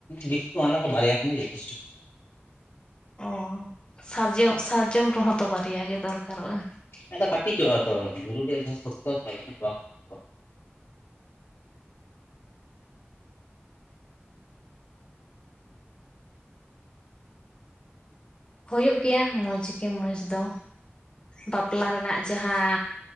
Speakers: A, on the left; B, on the left.
A: ᱵᱮᱥᱤ ᱫᱚ ᱵᱟᱝ ᱞᱟᱜᱟᱜᱼᱟ, ᱵᱟᱨᱭᱟ ᱠᱷᱟᱱ ᱜᱮ ᱡᱚᱛᱷᱮᱥᱴᱚ᱾
B: ᱚᱸ, ᱥᱟᱨᱡᱚᱢ ᱥᱟᱨᱡᱚᱢ ᱨᱮᱦᱚᱸ ᱛᱚ ᱵᱟᱨᱭᱟ ᱜᱮ ᱫᱚᱨᱠᱟᱨᱚᱜᱼᱟ᱾
A: ᱟᱫᱚ ᱠᱟᱹᱴᱤᱡᱚᱜᱼᱟ ᱛᱚ ᱢᱩᱨᱩᱫᱽ ᱨᱮᱭᱟᱜ ᱡᱟᱦᱟ ᱥᱚᱠᱛᱚ ᱥᱟᱜᱮᱱ ᱵᱟᱝ ᱥᱚᱠᱛᱚᱜᱼᱟ
B: ᱦᱩᱭᱩᱜ ᱜᱮᱭᱟ ᱢᱚᱸᱡᱽ ᱜᱮ ᱢᱚᱸᱡᱽ ᱫᱚ᱾ ᱵᱟᱯᱞᱟ ᱨᱮᱱᱟᱜ ᱡᱟᱦᱟᱸ